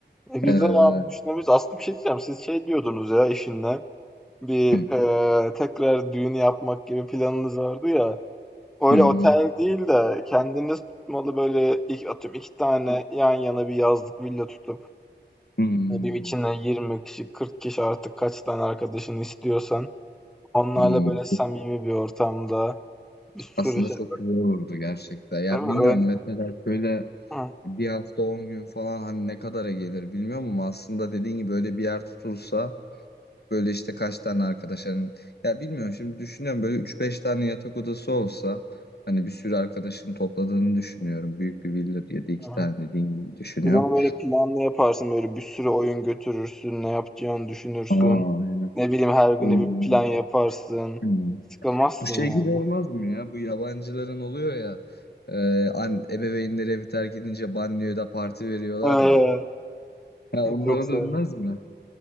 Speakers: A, in the centre; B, on the left (about 60°).
A: E, güzel
B: Evet.
A: abi düşünebiliriz. Aslında bir şey diyeceğim. Siz şey diyordunuz ya eşinle. Bir,
B: evet.
A: eee, tekrar düğün yapmak gibi planınız vardı ya. Öyle
B: hı hı.
A: otel değil de kendiniz tutmalı böyle ilk atıyorum iki tane yan yana bir yazlık villa tutup
B: hmm,
A: ne bileyim içine 20 kişi 40 kişi artık kaç tane arkadaşını istiyorsan onlarla
B: hmm.
A: böyle samimi bir ortamda bir sürü
B: Aslında
A: şey
B: çok güzel olurdu gerçekten. Ya
A: değil mi?
B: bilmiyorum
A: Öyle,
B: mesela şöyle
A: Hı,
B: bir hafta 10 gün falan hani ne kadara gelir bilmiyorum ama aslında dediğin gibi öyle bir yer tutulsa Böyle işte kaç tane arkadaş arkadaşların ya bilmiyorum şimdi düşünüyorum böyle üç beş tane yatak odası olsa hani bir sürü arkadaşım topladığını düşünüyorum. Büyük bir villa ya da iki
A: hı.
B: tane dediğin gibi düşünüyorum.
A: Bir de onu böyle planlı yaparsın böyle bir sürü oyun götürürsün ne yapacağını düşünürsün
B: Aa aynen.
A: ne bileyim her güne
B: Oyun.
A: bir plan yaparsın
B: Hmm.
A: sıkılmazsın
B: Bu şey
A: yani.
B: gibi olmaz mı ya? Bu yabancıların oluyor ya. E, an, ebeveynleri evi terk edince banyoya da parti veriyorlar
A: Ee,
B: ya. Ha, onlara
A: çok severim.
B: dönmez mi?